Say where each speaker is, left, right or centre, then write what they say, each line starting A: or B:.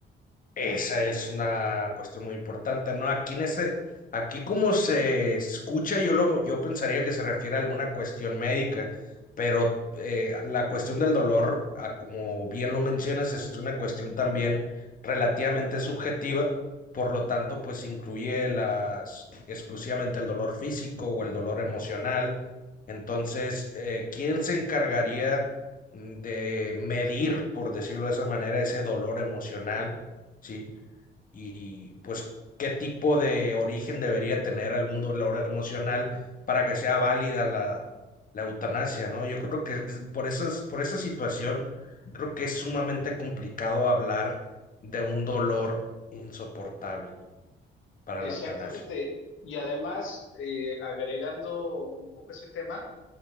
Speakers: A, on the left (about 45°); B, on the left (about 80°).
A: Esa es una cuestión muy importante, ¿no? Aquí en ese, aquí como se escucha, yo lo, yo pensaría que se refiere a alguna cuestión médica, pero eh, la cuestión del dolor, a como bien lo mencionas, es una cuestión también relativamente subjetiva, por lo tanto, pues incluye las exclusivamente el dolor físico o el dolor emocional. Entonces, eh, ¿quién se encargaría mm, de medir, por decirlo de esa manera, ese dolor emocional? ¿sí? Y pues, ¿qué tipo de origen debería tener algún dolor emocional para que sea válida la, la eutanasia, ¿no? Yo creo que es- por esas, por esa situación, creo que es sumamente complicado hablar de un dolor insoportable para
B: Exactamente.
A: la eutanasia.
B: Y además, eh, agregando un poco ese tema,